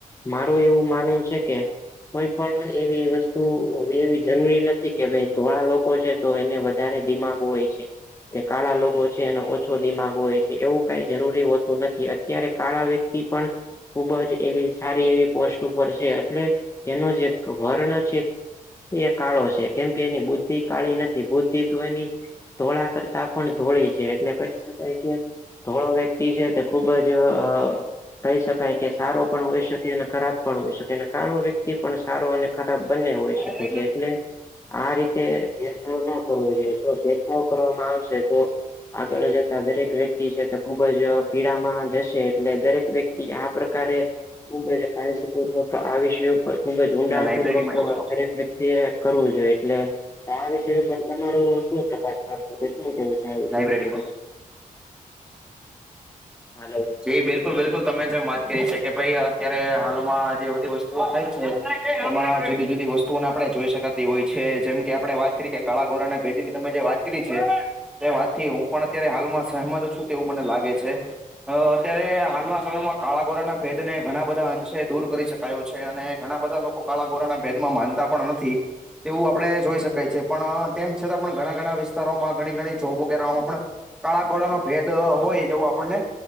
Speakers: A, on the left; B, in the centre.
A: મારું એવું માનવું છે કે કોઈ પણ એવી વસ્તુ એવી જરૂરી નથી કે ભાઈ ધોળા લોકો છે તો એને વધારે દિમાગ હોય છે. તે કાળા લોગો છે એનો ઓછો દિમાગ હોય છે એવું કાઈ જરૂરી હોતું નથી. અત્યારે કાળા વ્યક્તિ પણ ખુબ જ એવી સારી એવી પોસ્ટ ઉપર છે એટલે એનો જે વર્ણ છે એ કાળો છે કેમ કે એની બુદ્ધ બુદ્ધિ કાળી નથી. બુદ્ધિ તો એની ધોળા કરતા પણ ધોળી છે એટલે પસ શુ થાય કે ધોળો તે છે તે ખુબ જ અ. કહી શકાય કે સારો પણ હોઈ શકે અને ખરાબ પણ હોઇ શકે અને કાળો વ્યક્તિ પણ સારો અને ખરાબ બંને હોઇ
B: અહીંયા
A: શકે છે એટલે આ રીતે ભેદભાવના કરવો જોઈએ તો ભેદ <unintelligible> કરવામાં આવે છે તો આગળ જતા દરેક વ્યક્તિ છે તે ખૂબ ખૂબ જ પીડામાં જશે એટલે દરેક વ્યક્તિ આ પ્રકારે ખૂબ જ કાળજીપૂર્વક આ <unintelligible> પણ ખુબ જ ઊંડાણપૂર્વકનું
B: લાયબ્રેરીમાં આવ્યો હતો
A: <unintelligible> દરેક વ્યક્તિ એ કરવું જોઈએ એટલે તો આ વિષય ઉપર તમારો શું પ્રકાશ પાડશો, કે શું કેવું છે આ વિષય
B: લાયબ્રેરીમાં
A: ઉપર તો. <unintelligible>
B: એ બિલકુલ બિલકુલ તમે જેમ વાત કરી છે કે ભાઈ અત્યારે હાલમાં જે બધી વસ્તુઓ આવી છે. તમામ જુદી જુદી વસ્તુઓને આપણે જોઈ શકાતી હોય છે જેમ કે આપણે વાત કરીએ કે કાળા ગોરાને ભેદની તમે જે વાત કરી છે તે વાતથી હું પણ અત્યારે હાલમાં સહમત છું તેવું મને લાગે છે. અ અત્યારે હાલના સમયમાં કાળા કોરાના ભેદ ને ઘણા બધા અંશે દૂર કરી શકાયો છે અને ઘણા બધા લો કાળા ગોરાના ભેદમાં માનતા પણ નથી. તેવું આપણે જોઈ શકાય છે પણ તેમ છતાં પણ ઘણા ઘણા વિસ્તારોમાં ઘણી ઘણી જોબ વગેરેમાં પણ કાળા ગોરાનો ભેદ હોય તેવું આપણને